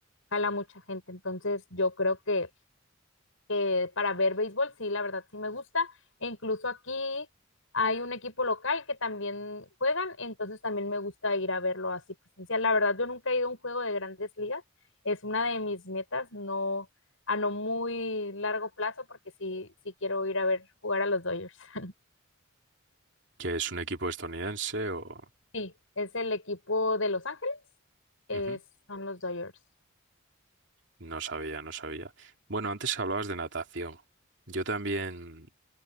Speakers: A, on the left (about 70°); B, on the right (about 55°).
A: jala mucha gente. Entonces yo creo que que para ver béisbol, sí, la verdad sí me gusta. E incluso aquí hay un equipo local que también juegan, entonces también me gusta ir a verlo así presencial. La verdad, yo nunca he ido a un juego de grandes ligas, es una de mis metas, no a no muy largo plazo, porque sí, sí quiero ir a ver jugar a los Dodgers. <laughs>
B: ¿Que es un equipo estadounidense o...?
A: Sí, es el equipo de Los Ángeles, es,
B: Ujú.
A: son los Dodgers.
B: No sabía, no sabía. Bueno, antes hablabas de natación. Yo también,